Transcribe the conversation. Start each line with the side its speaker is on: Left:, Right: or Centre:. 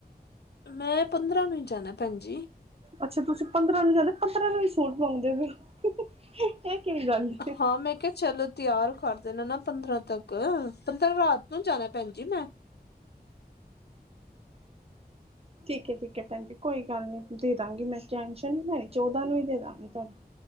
Left: ਮੈਂ ਪੰਦਰਾਂ ਨੂੰ ਈ ਜਾਣਾ, ਭੈਣ ਜੀ।
Right: ਅੱਛਾ, ਤੁਸੀਂ ਪੰਦਰਾਂ ਨੂੰ ਜਾਣਾ, ਪੰਦਰਾਂ ਨੂੰ ਈ ਸੂਟ ਮੰਗਦੇ ਪਏ ਹੋ, ਇਹ ਕੀ ਗੱਲ ਹੈ?
Left: ਹਾਂ, ਮੈਂ ਕਿਹਾ ਚਲੋ ਤਿਆਰ ਕਰ ਦੇਣਾ ਨਾ ਪੰਦਰਾਂ ਤੱਕ, ਪੰਦਰਾਂ ਰਾਤ ਨੂੰ ਜਾਣਾ ਭੈਣ ਜੀ ਮੈਂ
Right: ਠੀਕ ਹੈ, ਠੀਕ ਹੈ ਭੈਣਜੀ ਕੋਈ ਗੱਲ ਨੀ ਦੇ ਦਾਂਗੀ ਮੈਂ, ਟੈਸ਼ਨ ਨੀ ਲੈਣੀ ਚੌਦਾਂ ਨੂੰ ਹੀ ਦੇ ਦਾਂਗੀ ਤੁਹਾਨੂੰ